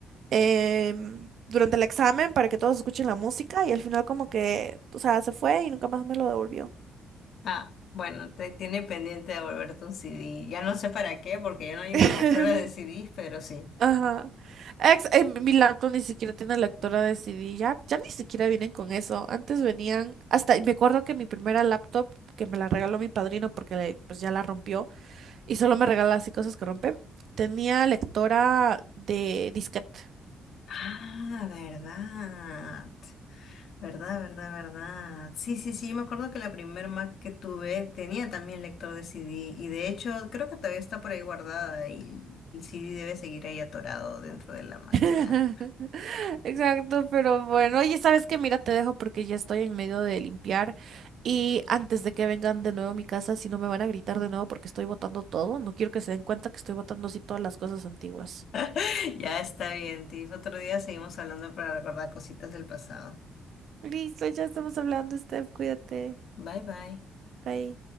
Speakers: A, on the right; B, on the left.
A: em, durante el examen para que todos escuchen la música. Y al final como que, o sea, se fue y nunca más me lo devolvió.
B: Ah, bueno, te tiene pendiente de volverte un CD. Ya no sé para qué, porque ya no hay
A: <laughs>
B: ni lectora de CDs, pero sí.
A: Ajá. Ex, eh, mi laptop ni siquiera tiene lectora de CD, ya, ya ni siquiera vienen con eso. Antes venían, hasta, me acuerdo que mi primera laptop, que me la regaló mi padrino porque le- pues ya la rompió, y solo me regala así cosas que rompe, tenía lectora de disquete.
B: Ah, verdad. Verdad, verdad, verdad. Sí, sí, sí, yo me acuerdo que la primer Mac que tuve tenía también lector de CD y de hecho creo que todavía está por ahí guardada y el CD debe seguir ahí atorado dentro de la máquina.
A: <laughs> Exacto, pero bueno, oye, ¿sabes qué? Mira, te dejo porque ya estoy en medio de limpiar y antes de que vengan de nuevo a mi casa, si no me van a gritar de nuevo porque estoy botando todo, no quiero que se den cuenta que estoy botando así todas las cosas antiguas.
B: <laughs> Ya está bien, Tiff. Otro día seguimos hablando para recordar cositas del pasado.
A: Listo, ya estamos hablando, Steph, cuídate.
B: Bye, bye.
A: Bye.